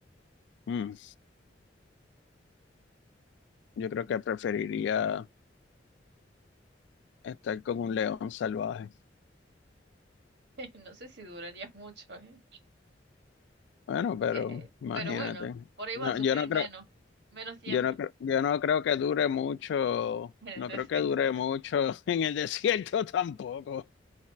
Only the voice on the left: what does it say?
Mm, yo creo que preferiría estar con un león salvaje.
Bueno, pero
imagínate.
No,
yo no
creo,
yo no creo, yo no creo que dure mucho,
no
creo que dure
mucho <laughs> en el desierto <laughs> tampoco.